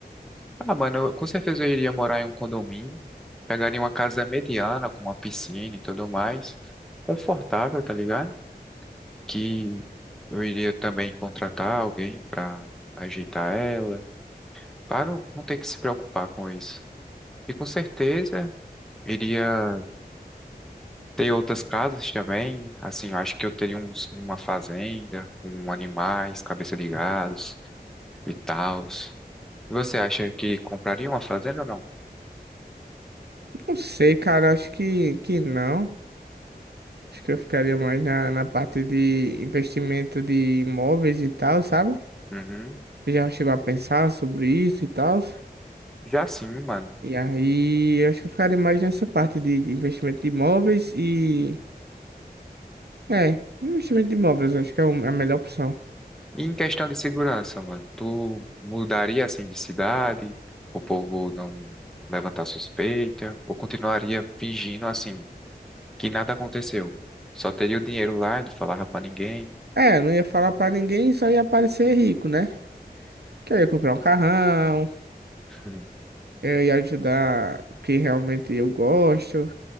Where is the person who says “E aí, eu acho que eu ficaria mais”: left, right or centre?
Right